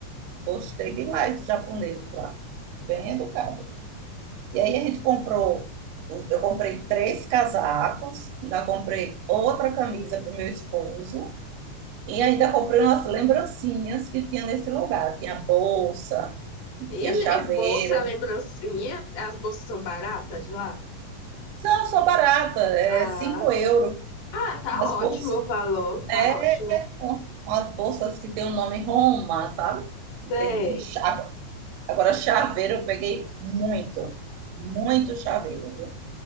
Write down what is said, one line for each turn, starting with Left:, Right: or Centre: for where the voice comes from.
Right: gostei demais dos japoneses lá, bem educados. E aí a gente comprou, eu comprei três casacos, ainda comprei outra camisa para o meu esposo. E ainda comprei umas lembrancinhas que tinha nesse lugar. Tinha bolsa,
Left: E,
Right: tinha chaveiro.
Left: e bolsa, lembrancinha. As bolsas são baratas lá?
Right: São só barata, é
Left: Ah.
Right: 5 euros.
Left: Ah, tá
Right: Umas
Left: ótimo
Right: bolsas,
Left: o valor, tá
Right: é,
Left: ótimo.
Right: umas bolsas que tem o nome Roma, sabe? E
Left: Sei.
Right: tem, e cha- agora, chaveiro eu peguei muito, muito chaveiro. viu?